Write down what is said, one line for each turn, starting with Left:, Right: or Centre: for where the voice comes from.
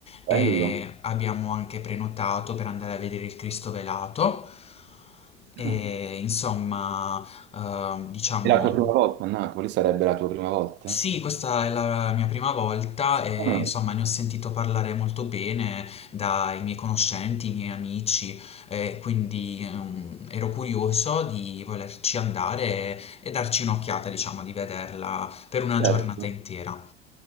Left: e
Right: Bello.
Left: abbiamo anche prenotato per andare a vedere il Cristo velato. E
Right: Ah.
Left: insomma, eh, diciamo,
Right: È la tua prima volta a Napoli? Sarebbe la tua prima volta?
Left: sì, questa è la mia prima volta e
Right: Ah,
Left: insomma ne ho sentito parlare molto bene dai miei conoscenti, i miei amici, e quindi ehm, ero curioso di volerci andare e, e darci un'occhiata, diciamo, di vederla per una
Right: certo.
Left: giornata intera.